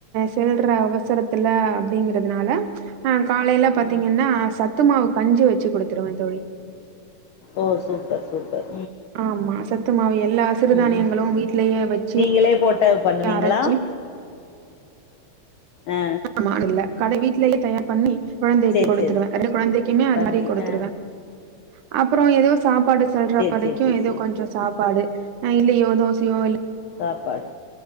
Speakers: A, on the right; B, on the left.
A: செல்ற அவசரத்துல அப்படிங்கற னால ஆஹ் காலையில பாாரத்தீங்கன்னா
B: ம்
A: சத்துமாவு கஞ்சி வச்சு கொடுத்துருவேன் த தொழி
B: ஓ சூப்பர் சூப்பது
A: ஆமா சத்துமவு எல்லா அசு
B: ம்
A: தானியங்களும்
B: ம்
A: வீட்லயே வச்சு
B: நீங்களே போட்டு பண்ணுவீங்களா
A: அரைச்சு
B: ஆ
A: ஆமால கடை வீட்லேயே தயார் பண்ணி குழந்தைக்கு
B: சேரி
A: கொடுத்துருவேன்
B: சேரி
A: குழந்தைக்குமே அது
B: பண்ணி
A: மாதிரியே கொடுத்துருவேன்
B: ஆ
A: அப்புறம் ஏதோ சாப்ப பாடு செல்ற
B: சேரி
A: வரைக்கும்
B: சேரி சேரி
A: ஏதோ
B: சேரி
A: கொஞ்சம் சாப்பிட பாடு ஆஹ் இல்லையோ தோசையோ எல்ல
B: சப்பம்